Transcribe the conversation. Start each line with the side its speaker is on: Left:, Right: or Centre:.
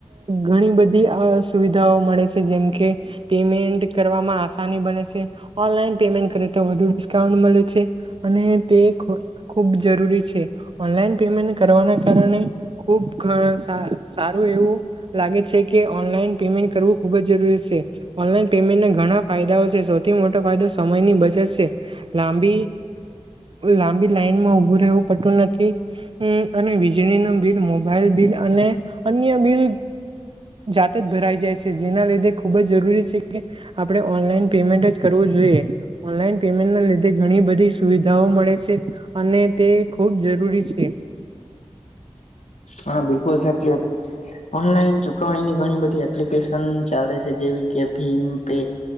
Right: ઘણી બ ધી સુવિધાઓ મળે છે જેમકે પેમેન્ટ કરવામાં આસાની બને છે ઓનલાઈન પેમેન્ટ કરે તો વધુ ડિસ્કાઉન્ટ મળે છે અને તે ખૂ ખૂબ જરૂરી છે. ઓનલાઈન પેમેન્ટ કરવાના કારણે ખુબ ખ સા સારું એવું લાગે છે. કે ઓનલાઈન પેમેન્ટ કરવું ખૂબ જ જરૂરી છે ઓનલાઈન પેમેન્ટના ઘણા ફાયદાઓ છે સૌથી મોટો ફાયદો સમયની બચત છે લાંબી લાંબી લાઈનમાં ઉભું રહેવું પડતું નથી. અને વીજળી નુ બિલ મોબાઈલ બિલ અને અન્ય બિલ જાતે જ ભરાઈ જાય છે જેના લીધે ખુબ જ જરૂરી છે કે આપણે ઓનલાઈન પેમેન્ટ જ કરવું જોઈએ. ઓનલાઈન પેમેન્ટના લીધે ઘણી બધી સુવિધાઓ મળે છે અને તે ખુબ જરૂરી છે.
Left: હા બિલકુલ સાચી વાત ઓનલાઈન ચુકવણીની ઘણી બધી એપ્લિકેશન ચાલે છે જેવી કે ભીમ પે